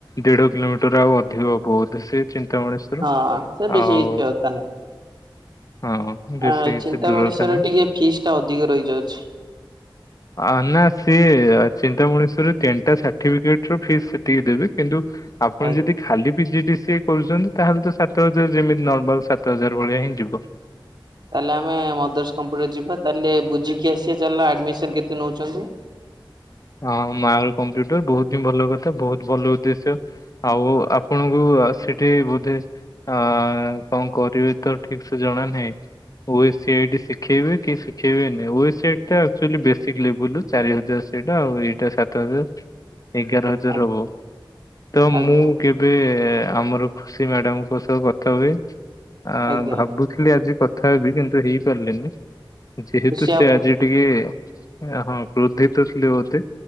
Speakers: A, on the left (about 40°); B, on the right (about 55°).
A: ଦେଢ କିଲୋମିଟର ଆଉ ଅଧିକ ହବ ବୋଧେ ସେ ଚିନ୍ ତା ମଣିଷର
B: ହଁ ସେ ବେଶୀ
A: ଆଉ
B: କିଛି କଥା ନାହିଁ
A: ହଁ ବେଶୀ
B: ଆ,
A: କିଛି
B: ଚିନ୍ତା
A: ଦୂରତା
B: ମଣିଷ
A: ନାହିଁ
B: ର ଟିକେ ଫିସ୍ ଟା ଅଧିକ ରହିଯାଉଛି।
A: ଆ, ନା ସିଏ ଚିନ୍ତା ମଣିଷରେ ତିନ ଟା ସାର୍ଟିଫିକେଟ୍ ରୋ ଫିସ୍ ସେତିକି ଦେବେ। କିନ୍ତୁ ଆପଣ
B: ଆଜ୍ଞା
A: ଯଦି ଖାଲି ପିଜି ଡି ସିଏ କରୁଛନ୍ତି ତାହେଲେ ତ ସାତ ହଜାର ଯେମିତି ନର୍ମାଲ୍ ସାତ ହଜାର ଭଳିଆ ହିଁ ଯିବ।
B: ତାହେଲେ ଆମେ ଅଦର୍ସ କମ୍ପ୍ୟୁଟର ଯିବା, ତାହେଲେ ବୁଝିକି ଆସିବା ଚାଲ ଆଡମିସନ୍ କେତେ ନଉଚନ୍ତି।
A: ହଁ ମା କମ୍ପ୍ୟୁଟର ବହୁତ ହିଁ ଭଲ କଥା, ବହୁତ ଭଲ ଉଦ୍ଦେଶ୍ୟ। ଆଉ ଆପଣଙ୍କୁ ଆ, ସେଠି ବୋଧେ ଆ, କଣ କରିବି ତ ଠିକ ସେ ଜଣା ନାହିଁ। ଓ ସି ଆଇଡି ଶିଖେଇବେ କି ଶିଖେଇବେ ନି, ଓ ସି ଆଇଡି ଟା ଏକ୍ଚୁଲି ବେସିକ୍ ଲେବେଲ୍ ରୁ ଚାରି ହଜାର। ସେଇଟା ଆଉ ଏଇଟା ସାତ ହଜାର ଏଗାର ହଜାର
B: ଆଜ୍ଞା
A: ହବ ତ ମୁଁ
B: ଆଜ୍ଞା
A: କେ ରେ ଆମର ଖୁସି ମ୍ୟାଡାମ୍ ଙ୍କ ସହ କଥା ହୁଏ। ଆ,
B: ଆଜ୍ଞା
A: ଭାବୁଥିଲି ଆଜି କ ଥା ହେବିି, କିନ୍ତୁ ହେଇପାରିଲେନି, ଯେହେତୁ
B: ଖୁସି
A: ସେ
B: ଆପ
A: ଆଜି ଟିକେ ଏ ହଁ କ୍ରୋଧିତ ଥିଲେ ବୋଧେ,